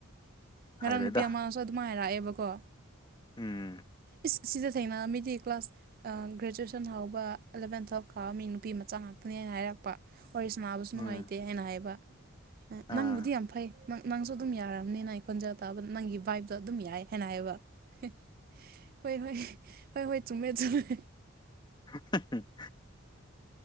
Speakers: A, on the right; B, on the left.
A: ꯉꯔꯥꯡ
B: ꯍꯥꯏꯔꯣꯏꯗ
A: ꯅꯨꯄꯤ ꯑꯃꯁꯨ ꯑꯗꯨꯃꯥꯢ ꯔꯥꯛꯑꯦꯕꯀꯣ
B: ꯎꯝ
A: ꯏꯁ ꯁꯤꯗ ꯊꯦꯡꯅ ꯃꯤꯗꯤ ꯀ꯭ꯂꯥꯁ ꯑ ꯒ꯭ꯔꯦꯖꯨꯑꯦꯁꯟ ꯍꯥꯎꯕ ꯑꯦꯂꯕꯦꯟ ꯇꯨꯋꯦꯜꯞ ꯀꯥꯕ ꯃꯤ ꯅꯨꯄꯤ ꯃꯆꯥ ꯉꯥꯛꯇꯅꯦꯅ ꯍꯥꯏꯔꯛꯄ ꯋꯥꯔꯤ ꯁꯥꯅꯕꯁꯨ
B: ꯎꯝ
A: ꯅꯨꯡꯉꯥꯏꯇꯦ ꯍꯥꯏꯅ ꯍꯥꯏꯕ ꯑ
B: ꯑꯥ
A: ꯅꯪꯕꯨꯗꯤ ꯌꯥꯝ ꯐꯩ ꯅꯪ ꯅꯪꯁꯨ ꯑꯗꯨꯝ ꯌꯥꯔꯝꯅꯤ ꯅꯪꯒꯤ ꯈꯣꯟꯖꯦꯜ ꯇꯥꯕ ꯅꯪꯒꯤ ꯚꯥꯏꯚꯇꯣ ꯑꯗꯨꯝ ꯌꯥꯏ ꯍꯥꯏꯅ ꯍꯥꯏꯕ ꯍꯦ ꯍꯣꯏ ꯍꯣꯏ ꯍꯣꯏ ꯍꯣꯏ ꯆꯨꯝꯃꯦ ꯑꯗꯨ
B: <unintelligible>